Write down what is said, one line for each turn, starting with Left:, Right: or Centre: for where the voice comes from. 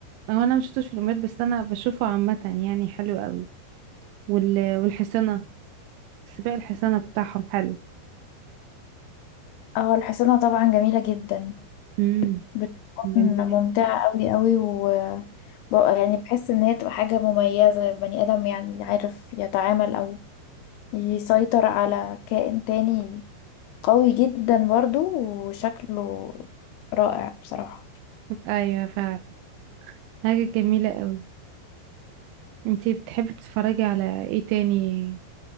Right: هو انا ما شفتوش في الاولمبياد بس انا بشوفه عامة يعني حلو قوي وال... والحصانة سباق الحصانة بتاعهم حلو
Left: اه الحصانة طبعا جميلة جدا
Right: امم
Left: بتكون
Right: جميلة جدا
Left: ممتعة قوي قوي و ببقى يعني بحس ان هي تبقى حاجة مميزة بني ادم يعني عارف يتعامل او يسيطر على كائن تاني قوي جدا برضه وشكله رائع بصراحة
Right: ايوه فعلا حاجة جميلة قوي انتي بتحبي تتفرجي على ايه تاني